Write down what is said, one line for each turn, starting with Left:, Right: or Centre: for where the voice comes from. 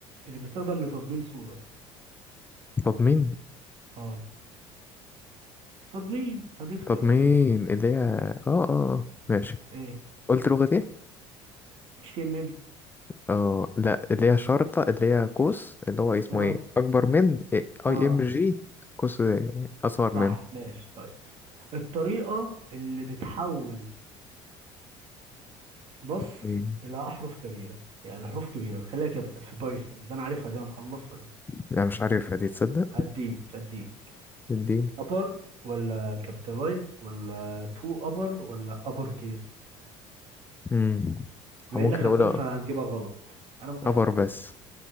Right: اللي بيستخدم لتضمين صورة
Left: تضمين
Right: اه تضمين هديك اختيارات
Left: تضمين اللي هي اه اه آه. ماشي
Right: ايه
Left: قلت لغة ايه؟
Right: HTML
Left: اه لا اللي هي شرطة اللي هي قوس اللي هو اسمه
Right: اه
Left: ايه؟ أكبر من اي
Right: اه
Left: ام جي قوس أصغر
Right: صح ماشي طيب الطريقة اللي بتحول نص
Left: من
Right: إلى أحرف كبيرة يعني حروف كبيرة بتخليها كابيتال في بايثون ده أنا عارفها دي أنا مخلصها دي
Left: لا مش عارفها دي تصدق
Right: هديك هديك
Left: اديني
Right: ابر ولا كابيتالايز ولا تو ابر ولا ابر كيس
Left: امم
Right: بما
Left: ممكن
Right: انك
Left: اقول
Right: هبات فهتجيبها غلط انا متاكد
Left: ابر بس